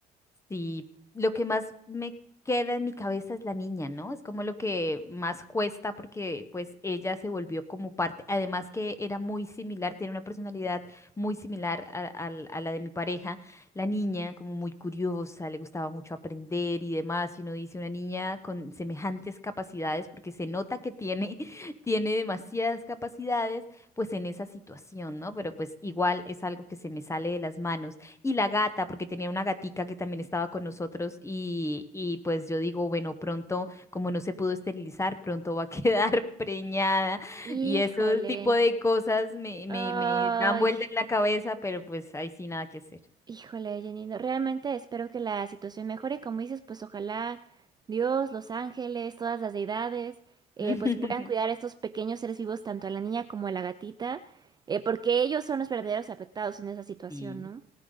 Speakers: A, on the left; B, on the right.
A: Sí, lo que más me queda en mi cabeza es la niña, ¿no? Es como lo que más cuesta porque pues ella se volvió como parte, además que era muy similar, tiene una personalidad muy similar a, al- a la de mi pareja, la niña como muy curiosa, le gustaba mucho aprender y demás, y uno dice una niña con semejantes capacidades porque se nota que tiene, <laughs> tiene demasiadas capacidades pues en esa situación, ¿no? Pero pues igual es algo que se me sale de las manos. Y la gata, porque tenía una gatica que también estaba con nosotros y, y pues yo digo, bueno, pronto, como no se pudo esterilizar, pronto va a <laughs> quedar preñada
B: Híjole.
A: y esos tipo de cosas me, me,
B: Ay.
A: me dan vuelta en la cabeza, pero pues ahí sí nada que hacer.
B: Híjole, Janino, realmente espero que la situación mejore. Como dices, pues ojalá Dios, los ángeles, todas las deidades, eh,
A: <laughs>
B: pues puedan cuidar a estos pequeños seres vivos, tanto a la niña como a la gatita, eh, porque ellos son los verdaderos afectados en esa situación,
A: Sí.
B: ¿no?